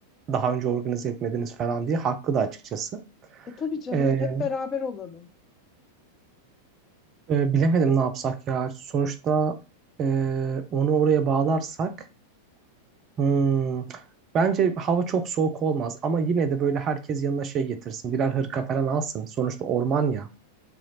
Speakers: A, on the right (about 30°); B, on the left (about 30°).
A: daha önce organize etmediniz falan diye haklı da açıkçası.
B: E tabii canım,
A: Ee,
B: hep beraber olalım.
A: e, bilemedim ne yapsak ya sonuçta e, onu oraya bağlarsak hmm, bence hava çok soğuk olmaz ama yine de böyle herkes yanına şey getirsin birer hırka falan alsın sonuçta orman ya